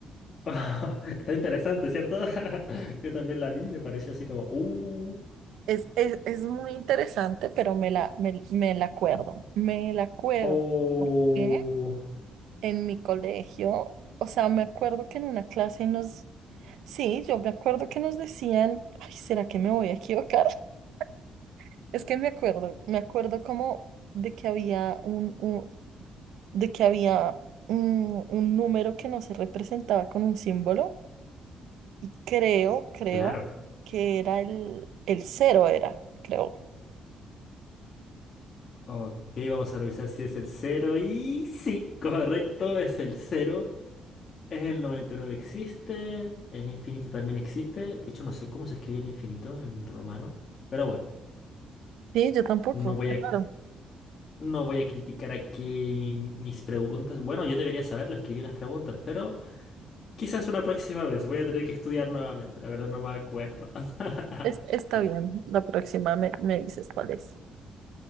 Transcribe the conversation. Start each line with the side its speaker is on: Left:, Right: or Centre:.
Left: <laughs> Está interesante, ¿cierto? <laughs> Yo también la vi, me pareció así como, uh,
Right: es, es, es muy interesante, pero me la, me, me la acuerdo. Me la acuerdo.
Left: oh.
Right: ¿Por qué? en mi colegio, o sea, me acuerdo que en una clase nos, sí, yo me acuerdo que nos decían, ay, ¿será que me voy a equivocar? <laughs> Es que me acuerdo, me acuerdo como de que había un, un- de que había un, un número que no se representaba con un símbolo y creo, creo
Left: Claro.
Right: que era el, el cero era, creo.
Left: Ok, vamos a revisar si es el cero? y sí, correcto, es el cero. El 99 existe, el infinito también existe. De hecho, no sé cómo se escribe el infinito en romano. Pero bueno,
Right: Sí, yo tampoco.
Left: no voy
Right: qué
Left: a,
Right: raro.
Left: no voy a criticar aquí mis preguntas. Bueno, yo debería saberlo, escribí las preguntas, pero quizás una próxima vez. Voy a tener que estudiar nuevamente. La verdad no me acuerdo. <laughs>
Right: Es- está bien, la próxima me, me dices cuál es.